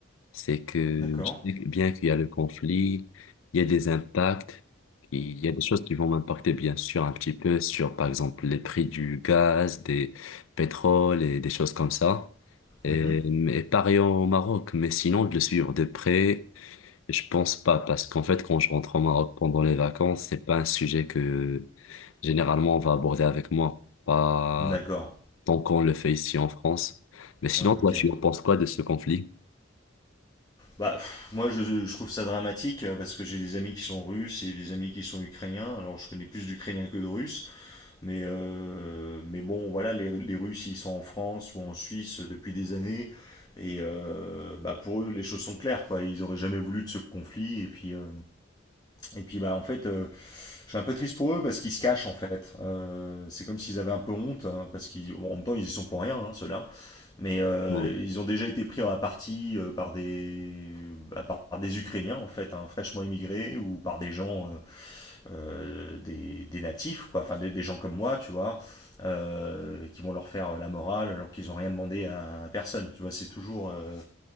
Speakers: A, on the left; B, on the left.
A: C'est que
B: d'accord.
A: je sais que bien qu'il y a le conflit, il y a des impacts, il y a des choses qui vont m'impacter bien sûr un petit peu sur par exemple les prix du gaz, des pétroles et des choses comme ça. Et,
B: Mhm.
A: et pareil au Maroc, mais sinon de le suivre de près Je pense pas, parce qu'en fait, quand je rentre au Maroc pendant les vacances, c'est pas un sujet que généralement on va aborder avec moi, pas
B: D'accord.
A: tant qu'on le fait ici en France. Mais sinon,
B: Ok.
A: toi, tu en penses quoi de ce conflit?
B: Bah, pff, moi, je, je trouve ça dramatique euh, parce que j'ai des amis qui sont russes et des amis qui sont ukrainiens. Alors, je connais plus d'Ukrainiens que de Russes, mais, euh, mais bon, voilà, les, les Russes, ils sont en France ou en Suisse depuis des années. Et euh, bah, pour eux, les choses sont claires, quoi. Ils auraient jamais voulu de ce conflit. Et puis, euh, et puis bah, en fait, euh, je suis un peu triste pour eux parce qu'ils se cachent, en fait. Euh, c'est comme s'ils avaient un peu honte, hein, parce qu'en même temps, ils y sont pour rien, hein, ceux-là. Mais euh,
A: Non.
B: ils ont déjà été pris à partie euh, par des, bah, par, par des Ukrainiens, en fait, hein, fraîchement immigrés, ou par des gens, euh, euh, des, des natifs, quoi, enfin des, des gens comme moi, tu vois, euh, qui vont leur faire euh, la morale alors qu'ils n'ont rien demandé à, personne. Tu vois, c'est toujours. euh,